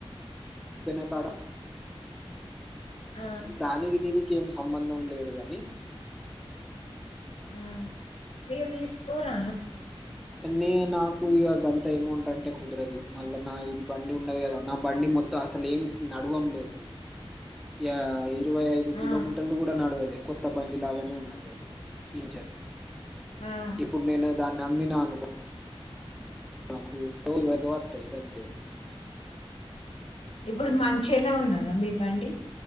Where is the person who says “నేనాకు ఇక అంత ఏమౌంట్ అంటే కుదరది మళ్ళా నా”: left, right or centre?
Centre